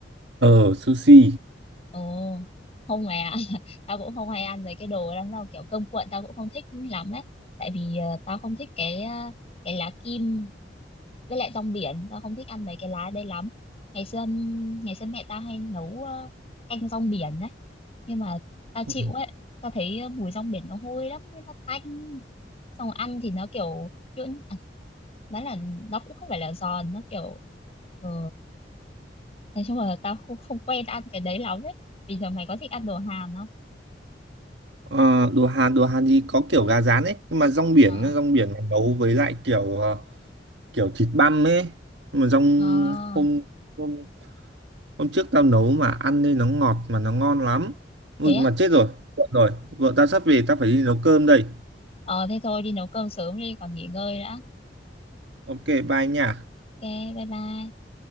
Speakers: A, on the right (about 80°); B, on the left (about 35°).
A: Ờ sushi.
B: Ồ, không mẹ ạ. <laughs> tao cũng không hay ăn mấy cái đồ lắm đâu, kiểu cơm cuộn tao cũng không thích lắm ấy. Tại vì ờ, tao không thích cái ờ, cái lá kim với lại rong biển, tao không thích ăn mấy cái lá đây lắm. Ngày xưa ngày xưa mẹ tao hay nấu ờ, canh rong biển ấy, nhưng mà tao
A: Ừ.
B: chịu ấy, tao thấy mùi rong biển nó hôi lắm nên nó tanh. Xong rồi ăn thì nó kiểu nhuyễn, à, nói là nó cũng không phải là giòn, nó kiểu ờ, nói chung là tao không, không quen ăn cái đấy lắm ấy. Bình thường mày có thích ăn đồ Hàn không?
A: Ờ, đồ Hàn đồ Hàn thì có kiểu gà rán ấy, nhưng mà rong biển
B: ờ
A: nó rong biển này nấu với lại kiểu ờ, kiểu thịt băm ấy. Nhưng mà rong
B: ờ
A: hôm hôm hôm trước tao nấu mà ăn nên nó ngọt mà nó ngon lắm. Ui
B: thế á
A: mà chết rồi. Muộn rồi. Vợ tao sắp về tao phải đi nấu cơm đây.
B: ờ thế thôi đi nấu cơm sớm đi còn nghỉ ngơi nữa
A: Ok bye nha.
B: ok bye bye